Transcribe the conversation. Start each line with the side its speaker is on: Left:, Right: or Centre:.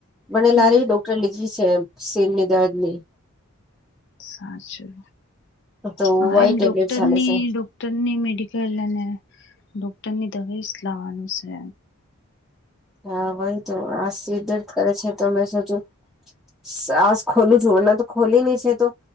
Centre: મને
Left: હમ્મ
Centre: લારી ડોક્ટર લીધી છે એમ સિરની દર્દ ની
Left: સાચું
Centre: તો
Left: હા
Centre: વાઈ
Left: એમ
Centre: ટેબ્લેટ
Left: ડોક્ટરની
Centre: ચાલે છે
Left: ડો કરની મેડિકલ અને ડોક્ટરની દવાઇ લાવવાનું છે
Centre: હા વહી તો આ સિર દર્દ કરે છે તો મેં સોચું <unintelligible> ખોલું છું વરના તો ખોલી નહી છે તો